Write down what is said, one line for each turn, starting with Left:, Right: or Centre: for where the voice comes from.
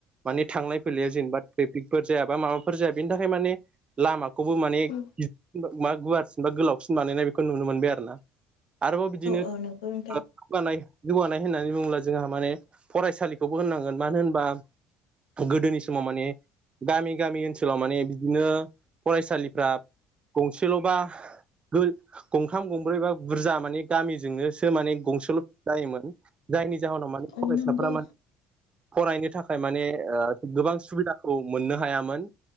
Right: माने थांलाय फैलाया जेनेबा ट्रेफिकफोर जाया बा माबाफोर जाया बेनि थाखाय माने लामाखौबो माने
Left: औ
Right: <unintelligible> मा गुवारसिन बा गोलावसिन बानायनाय बेखौ नुनो मोनबाय आरो ना। आरोबाव बिदिनो
Left: औ नंगौ नोंथां
Right: <unintelligible> जौगानाय-जौगानाय होननानै बुङोब्ला जोंहा माने फरायसालिखौबो होननांगोन मानो होनबा गोदोनि समाव माने गामि गामि ओनसोलाव माने बिदिनो फरायसालिफ्रा गंसेल'बा गंथाम गंब्रै बा बुरजा माने गामिजोंनोसो माने गंसेल' जायोमोन जायनि जाहोनाव माने
Left: औ
Right: फरायसाफोरा
Left: नंगौ
Right: मा <unintelligible> फरायनो थाखाय माने ओ गोबां सुबिदाखौ मोननो हायामोन।